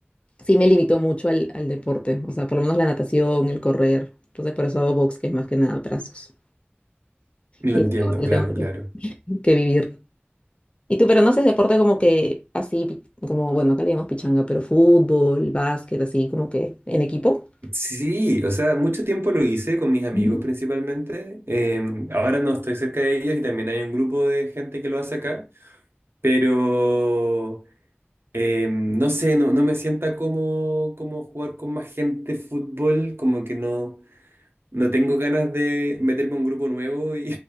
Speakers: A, on the left; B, on the right.
A: sí me limitó mucho al, al deporte, o sea, por lo menos la natación, el correr, entonces por eso hago box, que es más que nada brazos.
B: lo
A: Y
B: entiendo,
A: es algo que
B: claro,
A: tengo que
B: claro.
A: que vivir. Y tú, pero no haces deporte como que así, pi- como, bueno, acá le llamamos pichanga, pero fútbol, básquet, así como que en equipo.
B: Sí, o sea, mucho tiempo lo hice con mis amigos
A: Ujú.
B: principalmente. Em, ahora no estoy cerca de ellos y también hay un grupo de gente que lo hace acá, pero... Eh, no sé, no, no me sienta como, como jugar con más gente fútbol, como que no, no tengo ganas de meterme a un grupo nuevo y,